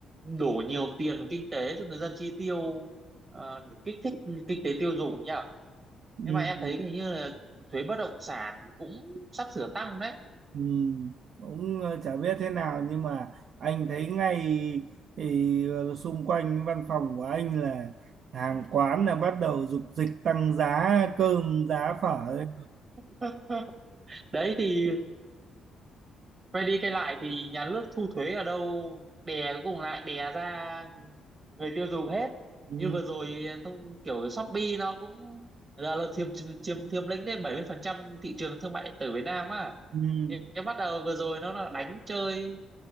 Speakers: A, on the right (about 35°); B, on the right (about 65°).
A: đổ nhiều tiền kinh tế cho người dân chi tiêu ờ, kích thích kinh tế tiêu dùng nhỉ
B: Ừm,
A: nhưng mà em thấy hình như là thuế bất động sản cũng sắp sửa tăng đấy
B: ừm, cũng ờ, chả biết thế nào nhưng mà anh thấy ngay thì ờ, xung quanh văn phòng của anh là hàng quán là bắt đầu dục dịch tăng giá cơm giá phở đấy.
A: <laughs> đấy thì quay đi quay lại thì nhà nước thu thuế ở đâu đè cuối cùng lại đè ra người tiêu dùng hết
B: Ừm,
A: như vừa rồi thông kiểu Shopee nó cũng giờ là chiếm chiếm chiếm lĩnh đến 70% thị trường thương mại điện tử Việt Nam á
B: ừm,
A: thì cái bắt đầu vừa rồi nó là đánh chơi